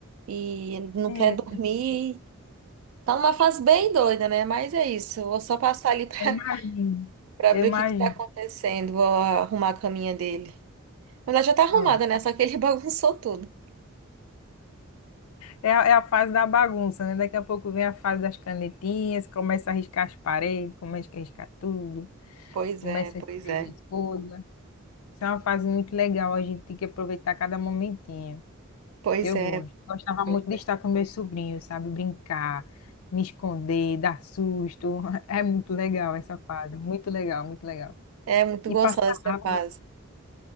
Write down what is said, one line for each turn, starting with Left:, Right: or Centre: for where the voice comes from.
Right: e não
Left: é.
Right: quer dormir. Tá numa fase bem doida, né? Mas é isso. Eu vou só passar ali pra,
Left: imagino.
Right: <laughs> pra
Left: Eu
Right: ver
Left: imagino.
Right: o que que tá acontecendo. Vou arrumar a caminha dele. Mas ela já tá arrumada,
Left: Ó,
Right: né? Só que ele <laughs> bagunçou tudo.
Left: É, a- é a fase da bagunça, né? Daqui a pouco vem a fase das canetinhas, começa a riscar as paredes, começa a riscar tudo,
Right: Pois
Left: começa
Right: é, pois
Left: a escrever
Right: é.
Left: as folhas. Isso é uma fase muito legal, a gente tem que aproveitar cada momentinho.
Right: Pois
Left: Eu
Right: é.
Left: gosto. Gostava
Right: pois
Left: muito de estar com meus sobrinhos, sabe? Brincar, me esconder, dar susto. <laughs> É muito legal essa fase, muito legal, muito legal.
Right: É É muito
Left: E
Right: gostosa
Left: passa
Right: essa
Left: rápido,
Right: fase.